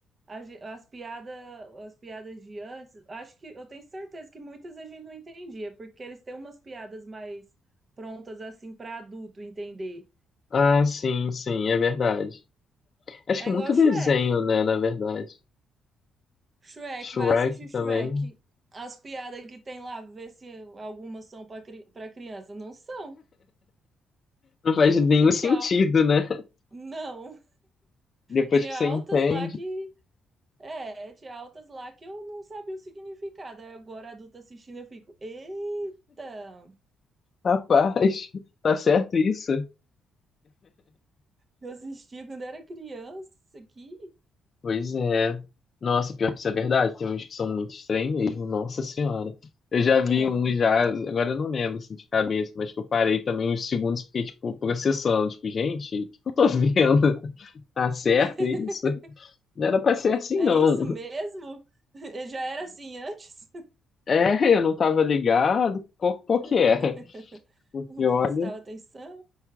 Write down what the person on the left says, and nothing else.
Ah, sim, sim, é verdade. Acho
que é
muito
desenho, né, na verdade.
Shrek
também.
Não faz
nenhum
sentido, né? <laughs>
Depois
que você
entende,
rapaz, <laughs> tá certo isso?
Pois é. Nossa, pior que isso é verdade. Tem uns que são muito estranhos mesmo, nossa senhora. Eu já vi
um já, agora eu não lembro assim, de cabeça, mas que eu parei também uns segundos, fiquei, tipo, processando. Tipo, gente, o que eu tô vendo? <laughs> Tá certo
isso? Não era pra ser assim,
não.
É, eu não tava ligado. Qual, qual que é?
Porque
olha,